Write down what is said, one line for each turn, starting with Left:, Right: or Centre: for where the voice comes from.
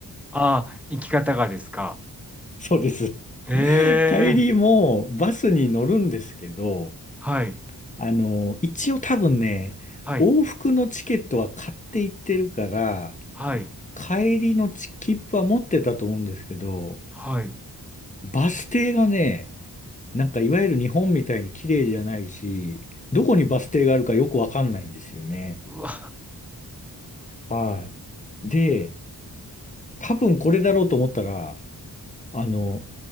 Centre: ああ、生き方がですか。
Left: <laughs> そうです。
Centre: ええ、
Left: 帰りもバスに乗るんですけど、
Centre: はい、
Left: あのー一応多分ね、
Centre: はい、
Left: 往復のチケットは買っていってるから、
Centre: はい、
Left: 帰りのチ切符は持ってたと思うんですけど、
Centre: はい。
Left: バス停がね、なんかいわゆる日本みたいに綺麗じゃないし、どこにバス停があるかよくわかんないんですよね。
Centre: うわ、
Left: はい。で、多分これだろうと思ったら、あの、